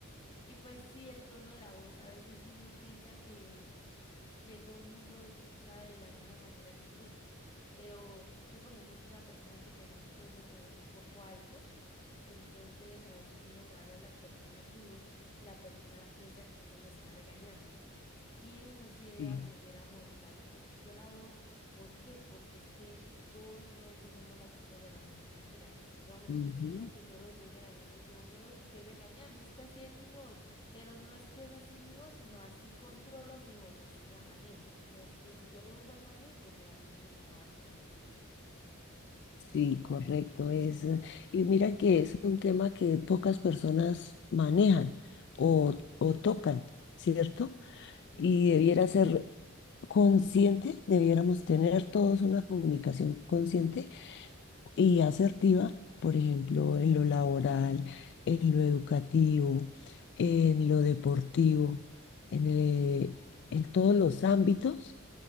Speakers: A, on the left; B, on the left.
A: y pues sí, el tono de la voz, a veces uno piensa que que todo el mundo escucha de la misma manera que nosotros. Pero yo, por ejemplo, soy una persona que tengo un tono de voz un poco alto, entonces a veces uno le habla a las personas duro y la persona piensa que uno lo está regañando. Y uno sí debe
B: Sí.
A: aprender a modular un poquito la voz. ¿Por qué? Porque es que todos no entendemos las cosas de la misma manera. Digamos,
B: Ujú.
A: ellos piensan que yo los estoy regañando, yo no los estoy regañando, es que así es mi voz, pero no es que es así mi voz, sino así controlo mi voz, así la manejo. No es que si yo le doy un buen manejo, pues obviamente no va a sonar así.
B: Sí, correcto. Es, eh, y mira que es un tema que pocas personas manejan o, o tocan, ¿cierto?
A: Sí,
B: Y debiera ser consciente, debiéramos tener todos una comunicación consciente y asertiva, por ejemplo, en lo laboral, en lo educativo, en lo deportivo, en, eh,
A: claro.
B: en todos los ámbitos